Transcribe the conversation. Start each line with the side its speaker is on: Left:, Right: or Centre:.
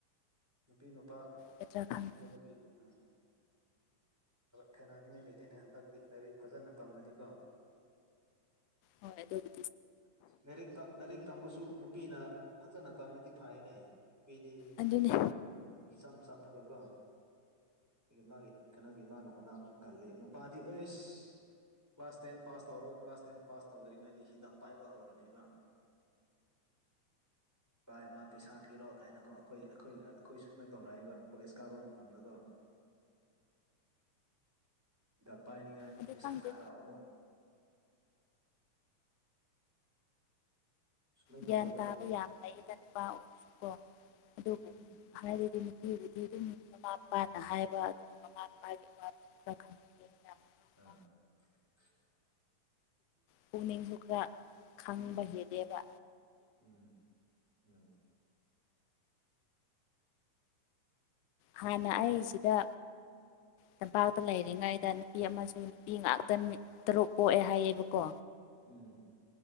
Centre: ꯅꯨꯄꯤ ꯅꯨꯄꯥ
Left: ꯒꯗ꯭ꯔꯥ ꯈꯪꯗꯦ
Centre: ꯀꯒꯤ ꯑ ꯈꯦꯅꯅꯤꯡꯉꯥꯏ ꯂꯩꯇꯦꯅꯦ ꯍꯟꯗꯛꯇꯤ ꯂꯥꯏꯔꯤꯛ ꯐꯖꯅ ꯇꯝꯂꯗꯤꯀꯣ
Left: ꯍꯣꯏ ꯑꯗꯨ ꯑꯗꯨ
Centre: ꯂꯥꯏꯔꯤ ꯂꯥꯏꯔꯤꯛ ꯇꯝꯕꯁꯨ ꯅꯨꯄꯤꯅ ꯐꯖꯅ ꯇꯝꯅꯗꯤ ꯐꯩꯅꯦ ꯅꯨꯄꯤꯗꯤ
Left: ꯑꯗꯨꯅꯦ
Centre: ꯏꯁꯆꯝ ꯁꯝꯅꯒꯀꯣ ꯑꯩ ꯃꯥꯒꯤ ꯀꯩꯅꯣꯒꯤ ꯃꯥꯅ ꯍꯣꯅꯥꯕꯨꯁꯨ ꯀꯜꯂꯤ ꯅꯨꯄꯥꯗꯤ ꯑꯩꯁ ꯀ꯭ꯂꯥꯁ ꯇꯦꯟ ꯄꯥꯁ ꯇꯧꯔꯣ ꯀ꯭ꯂꯥꯁ ꯇꯦꯟ ꯄꯥꯁ ꯇꯧꯗ꯭ꯔꯤꯉꯩꯗꯗꯤ ꯍꯤꯗꯥꯛ ꯄꯥꯏꯕ ꯍꯧꯔꯅꯦꯕ ꯚꯥꯏ ꯃꯥ ꯄꯩꯁꯥ ꯄꯤꯔꯣ ꯀꯥꯏꯅꯀꯣ ꯑꯩꯈꯣꯏ ꯑꯩꯈꯣꯏꯒ ꯑꯩꯈꯣꯏꯁꯨ ꯁꯨꯃꯥꯏ ꯇꯧꯔꯛꯏꯕ ꯀꯣꯂꯦꯖ ꯀꯥꯕ ꯃꯇꯝꯗꯀ ꯍꯤꯗꯥꯛ ꯄꯥꯏꯅꯤꯡꯉꯥꯏ
Left: ꯑꯗꯨ
Centre: ꯄꯩꯁꯥ
Left: ꯈꯪꯗꯦ
Centre: ꯊꯥꯔꯛꯑꯣ ꯁꯨꯃꯥꯏꯅ ꯇꯧꯋꯦꯕ
Left: ꯒ꯭ꯌꯥꯟ ꯇꯥꯕ ꯌꯥꯝ ꯂꯩꯌꯦ ꯆꯠꯄ ꯑꯣꯏꯔꯁꯨꯀꯣ ꯑꯗꯨꯕꯨ
Centre: ꯎꯝ
Left: ꯍꯥꯏꯕꯗꯤ ꯑꯗꯨꯕꯨꯗꯤ ꯑꯗꯨꯝ ꯃꯃꯥ ꯃꯄꯥꯅ ꯍꯥꯏꯕ ꯥꯏ <unintelligible> <inaudible>
Centre: ꯑ <unintelligible> <inaudible>
Left: ꯄꯨꯛꯅꯤꯡꯁꯨ ꯈꯔ ꯈꯪꯕ
Centre: ꯎꯝ
Left: ꯍꯦꯂꯦꯕ
Centre: ꯎꯝ ꯑ
Left: ꯍꯥꯟꯅ ꯑꯩꯁꯤꯗ ꯇꯝꯄꯥꯛꯇ ꯂꯩꯔꯤꯉꯩꯗ ꯅꯨꯄꯤ ꯑꯃꯁꯨ ꯅꯨꯄꯤ ꯉꯥꯛꯇ ꯇꯔꯨꯛ ꯄꯣꯛꯑꯦ ꯍꯥꯏꯌꯦꯕꯀꯣ
Centre: ꯎꯝ